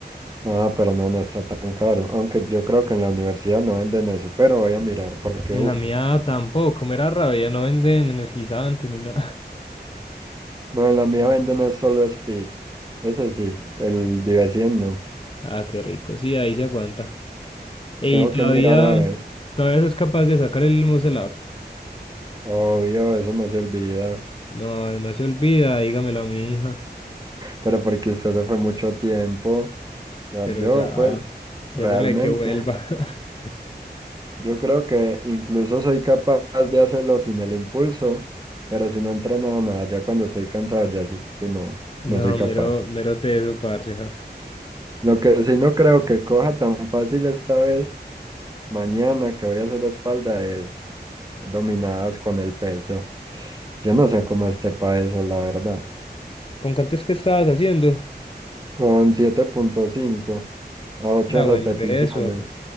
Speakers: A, on the right; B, on the left.
A: Ah, pero no, no está tan caro. Aunque yo creo que en la universidad no venden eso, pero voy a mirar porque,
B: En
A: uff,
B: la mía tampoco, me da rabia, no venden energizantes ni nada. <laughs>
A: no, en la mía venden es solo Speed. Eso sí, el Vive 100 no.
B: Ah, qué rico, sí, ahí se aguanta. Y
A: Tengo
B: todavía,
A: que mirar a ver.
B: todavía sos capaz de sacar el Mosel App.
A: Obvio, eso no se olvida.
B: No, no se olvida, dígamelo a mi hija.
A: Pero porque usted se fue mucho tiempo. Ya
B: Pero
A: yo,
B: ya,
A: pues,
B: ya
A: realmente,
B: es hora de que vuelva. <laughs>
A: yo creo que incluso soy capaz de hacerlo sin el impulso, pero si no entreno nada, ya cuando estoy cansado, ya sí, sí no,
B: No,
A: no soy capaz.
B: mero, mero teso, parce. ja.
A: Lo que sí no creo que coja tan fácil esta vez, mañana que voy a hacer espalda, es dominadas con el peso. Yo no sé cómo este país, la verdad.
B: ¿Con cuánto es que estabas haciendo?
A: Con siete punto cinco a 8
B: Era
A: repeticiones.
B: buen peso.